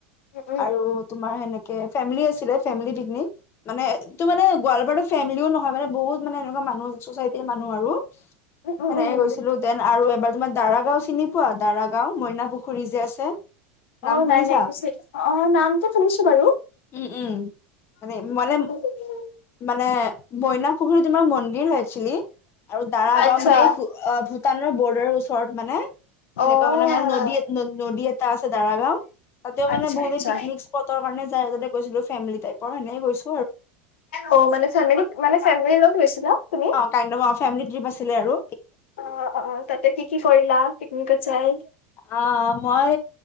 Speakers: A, on the left; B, on the left.
A: উম,
B: আৰু তোমাৰ সেনেকে ফেমিলি আছিলে ফেমিলি পিকনিক মানে ইটো মানে গোৱালপাৰাৰ ফেমিলিও নহয় মানে বহুত মানে এনেকুৱা মানুহ ছ'চাইটিৰ মানুহ আৰু সেনেকে
A: উম, উম।
B: গৈছিলোঁ দেন আৰু এবাৰ তোমাৰ দাৰাগাওঁ চিনিপোৱা দাৰাগাঁও মইনা পুখুৰী যে আছে। নাম
A: অ'
B: শুনিছা
A: নাই নাই পিছে নামটো শুনিছোঁ বাৰু।
B: উম উম মানে মানে
A: উম।
B: মানে মইনাপুখুৰী তোমাৰ মন্দিৰ হৈ একচুৱেলি। আৰু দাৰাগাঁও
A: আচ্ছা।
B: মানে এই ভূ ভূটানৰ বৰ্ডাৰৰ ওচৰত মানে। সেনেকুৱা
A: অ',
B: মানে মানে নদী নদী এটা আছে দাৰাগাঁও তাতেও
A: আচ্ছা,
B: মানে বহুতে
A: আচ্ছা।
B: পিকনিক স্পটৰ কাৰণে আগতে গৈছিলোঁ ফেমিলি টাইপৰ এনেই গৈছিলোঁ।
A: অ' মানে ফেমিলি মানে ফেমিলিৰ লগত গৈছিলা? তুমি?
B: অ' কাইণ্ড অফ ফেমিলি ট্ৰিপ আছিল আৰু।
A: অ', অ', তাতে কি-কি কৰিলা পিকনিকত যাই?
B: অ, মই